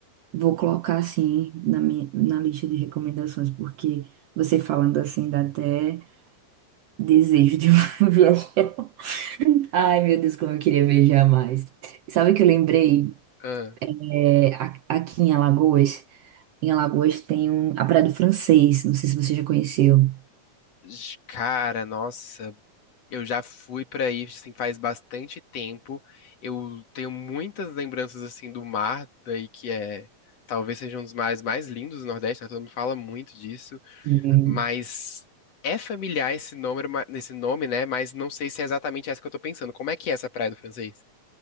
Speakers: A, on the right; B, on the left.
A: vou colocar assim na minha, na lista de recomendações, porque você falando assim dá até desejo de <laughs> viajar. Ai, meu Deus, como eu queria viajar mais. Sabe o que eu lembrei?
B: Ah,
A: É, a- aqui em Alagoas, em Alagoas tem um, a Praia do Francês, não sei se você já conheceu.
B: j- cara, nossa, eu já fui pra aí, assim, faz bastante tempo. Eu tenho muitas lembranças, assim, do mar, daí que é... Talvez seja um dos mares mais lindos do Nordeste, né? Todo mundo fala muito disso.
A: Hum.
B: Mas é familiar esse nome, esse nome, né? Mas não sei se é exatamente essa que eu tô pensando. Como é que é essa Praia do Francês?